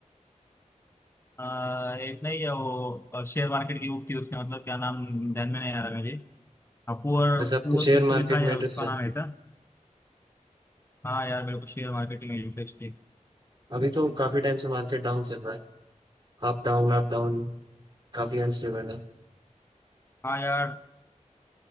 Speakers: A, on the left; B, on the right.
A: आ, एक नहीं है वो शेयर मार्केट की बुक थी उसके मतलब क्या नाम ध्यान में नहीं आ रहा मेरे हाँ पुअर
B: वैसे आपको
A: पुअर
B: शेयर
A: कुछ तो
B: मार्केट
A: भी था यार
B: में इंटरेस्ट
A: उसका नाम ऐसा हाँ यार मेरे को शेयर मार्केट में इंटरेस्ट है
B: अभी तो काफी टाइम से मार्केट डाउन चल रहा है Up down up down काफी अनस्टेबल है
A: हाँ यार